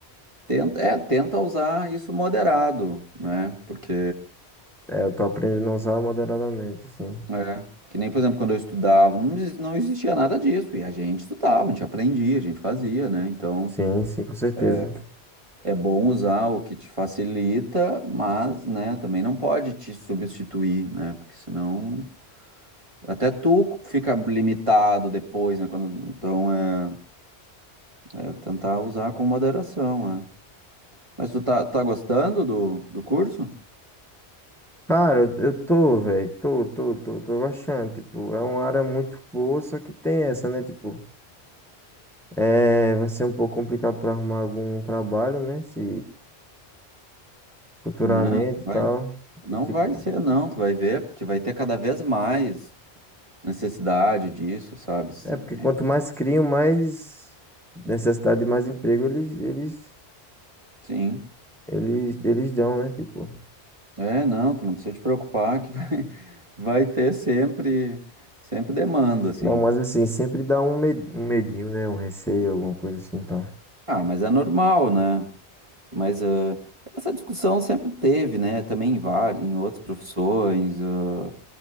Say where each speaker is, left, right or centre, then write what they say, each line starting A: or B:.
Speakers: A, on the right (about 30°); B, in the centre.
A: tenta, é, tenta usar isso moderado, né? Porque
B: é, eu tô aprendendo a usar moderadamente, assim.
A: é, que nem, por exemplo, quando eu estudava, não, exi- não existia nada disso, e a gente estudava, a gente aprendia, a gente fazia, né? Então,
B: Sim, sim, com certeza.
A: é, É bom usar o que te facilita, mas, né, também não pode te substituir, né? Porque senão até tu fica limitado depois, né? Quando, então é, é tentar usar com moderação, é. Mas tu tá, tá gostando do, do curso?
B: Cara, eu, eu tô, velho, tô, tô, tô, tô gostando. Tipo, é uma área muito boa, só que tem essa, né? Tipo, é, vai ser um pouco complicado pra arrumar algum trabalho, né? Se futuramente
A: Não, não vai.
B: e tal.
A: Não
B: E tipo.
A: vai ser, não, tu vai ver, porque vai ter cada vez mais necessidade disso, sabe? Se-
B: É,
A: de-
B: porque quanto mais criam, mais necessidade de mais emprego eles, eles,
A: sim.
B: eles, eles dão, né? Tipo,
A: É, não, tu não precisa te preocupar que vai, <laughs> vai ter sempre, sempre demanda, assim.
B: não, mas assim, sempre dá um, med- um medinho, né? Um receio, alguma coisa assim, tá?
A: Ah, mas é normal, né? Mas ah, essa discussão sempre teve, né? Também em várias, em outras profissões, ah,